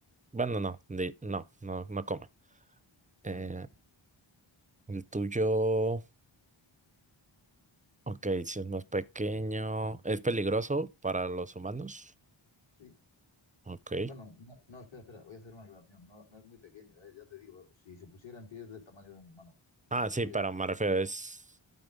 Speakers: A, on the right (about 15°); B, on the left (about 65°).
A: Bueno, no, di- no, no, no come. Eh,
B: Vale, vale. vale.
A: El tuyo, ok, si es más pequeño, ¿es peligroso para los humanos?
B: Sí.
A: Ok.
B: Bueno, no, no, espera, espera, voy a hacer una aclaración. No, no es muy pequeño, eh, Ya te digo, si se pusiera en pie es del tamaño de un humano. Lo
A: Ah,
B: que pasa
A: sí, pero me refiero, es,